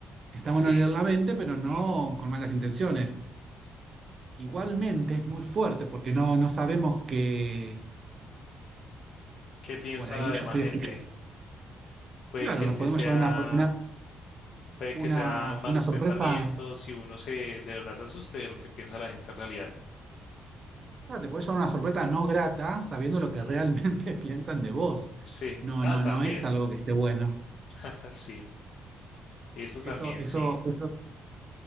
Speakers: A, on the right; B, on the left.
A: Está
B: Sí.
A: bueno leer la mente, pero no con malas intenciones. Igualmente
B: Ujú.
A: es muy fuerte porque no, no sabemos que
B: ¿Qué piensa
A: por ahí
B: la demás
A: yo estoy
B: gente?
A: escuchando.
B: puede
A: Claro,
B: que
A: nos
B: sí
A: podemos
B: sea,
A: llevar una, una,
B: puede
A: una,
B: que sean malos
A: una sorpresa
B: pensamientos y uno se, de verdad se asuste de lo que piensa la gente en realidad.
A: Claro, te puede llevar una sorpresa no grata sabiendo lo que realmente <laughs> piensan de vos.
B: Sí,
A: No,
B: ah,
A: no,
B: también,
A: no es algo que esté bueno.
B: <laughs> sí, eso también,
A: Eso, eso,
B: sí,
A: eso.